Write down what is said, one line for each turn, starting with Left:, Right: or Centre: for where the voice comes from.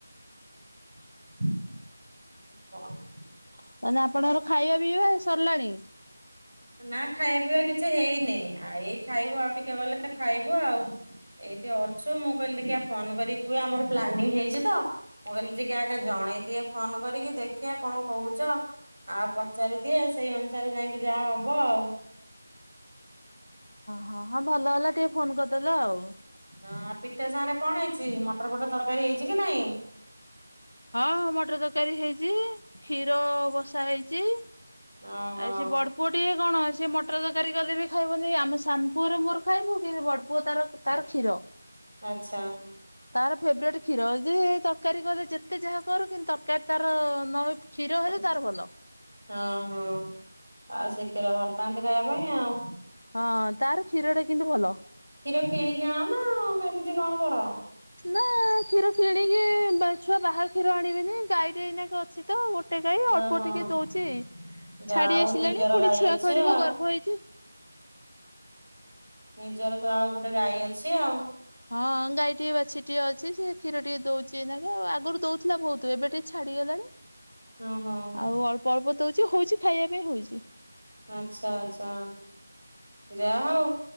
Right: ବନ୍
Left: ତାନେ ଆପଣଙ୍କର ଖାଇବା ପିଇବା ସରିଲାଣି
Right: ନା ଖାଇବା ପିଇବା କିଛି ହେଇନି ଆ ଏଇ ଖାଇବୁ ଆଉ ଟିକେ ଗଲେ ଖାଇବୁ ଆଉ ଏଇଠି ଅଛୁ ମୁଁ କହିଲି ଟିକେ ଫୋନ କରିକି କୁହେ ଆମର ପ୍ଲାନିଂ ହେଇଛି ତ ମୁଁ କହିଲି ଟିକେ ଆଗେ
Left: ହଁ
Right: ଜଣେଇଦିଅ ଫୋନ କରିକି ଦେଖିିବା କଣ କହୁଛ ଆଉ ପଚାରିଦିଏ ସେଇ ଅନୁସାରେ ଯାଇକି ଯାହା ହବ ବ ଆଉ
Left: ହଁ ହଁ ଭଲ ହେଲା ଟିକେ ଫୋନ କରିଦେଲେ ଆଉ
Right: ହଁ ଆ ପିଠା ସାଙ୍ଗ ରେ କଣ ହେଇଛି ମଟର ଫଟର ତରକାରୀ ହେଇଛି କି ନାଇଁ
Left: ହଁ ମଟର ତରକାରୀ ହେଇଛି କ୍ଷୀର ବସା ହେଇଛି
Right: ଓହୋ
Left: ଆଇ ସେ ବଡ ପୁଅ ଟିକେ କଣ ସିଏ ମଟର ତରକାରୀ କଲେ ବି ଖାଇବନି ଆମେ ସାନପୁଅର ମୋର ଖାଇବୁ କି ଭଡପୁଅ ତାର ତାର କ୍ଷୀର
Right: ଆଚ୍ଚ୍ଛା
Left: ତାର ଫେବରଟ୍ କ୍ଷୀର ଯେ ତରକାରୀ କଲେ ଯେତେ ଯାହା କରୁ କିନ୍ତୁ ତରକାରୀ ତାର ନହ କ୍ଷୀର ହେଲେ ତାର ଭଲ
Right: ହଁ ହଁ ଆଉ ସେ କ୍ଷୀର ଭଲ ପାଆନ୍ତି ଖାଇବା ପାଇଁ ଆଉ।
Left: ହଁ ତାର କ୍ଷୀରଟା କିନ୍ତୁ ଭଲ।
Right: କ୍ଷୀର କିଣିକି ଆଣ ନାଁ କେମିତି କଣ କର?
Left: ନାଁ କ୍ଷୀର କିଣିକି ବେ ଛୁଆ ବାହାର କ୍ଷୀର ଆଣିବେନି ଗାଈଟି ଏଇନାକେ ଅ ଛି ତ ଗୋଟେ ଗାଈ ଅଳ୍ପ
Right: ଓହୋ
Left: ଟିକେ ଦଞଉଚି।
Right: ଯାହା
Left: ଛାଡ଼ି
Right: ହଉ
Left: ଆସିଲାଣି
Right: ନିଜର
Left: ଫୁଣି
Right: ଗାଈ
Left: ଛୁଆ
Right: ଅଛି
Left: କରିବ
Right: ଆଉ।
Left: ଗର୍ଭ ହେଇଚି ‌
Right: ନିଜର ତ ଆଉ ଗୋଟେ ଗାଈ ଅଛି ଆଉ।
Left: ହଁ ଗାଈ ଟିଏ ବାଛୁରୀ ଟିଏ ଅଛି ସେ କ୍ଷୀର ଟିକେ ଦୋଉଚି ଏନାକେ ଆଗଙରୁ ଦୋଉଥୁଲା ଭୋଉତୁ ଏବେ ଟିକେ ଛାଡ଼ି ଗଲାଣି।
Right: ହଁ ହଁ
Left: ଆଉ ଅଳ୍ପ ଅଳ୍ପ ଦୋଉଚି ହୋଉଚି ଖାଇବା ପାଇଁ ହୋଉଚି।
Right: ଆଚ୍ଛା ଆଚ୍ଛା ଯାହା ହଉ।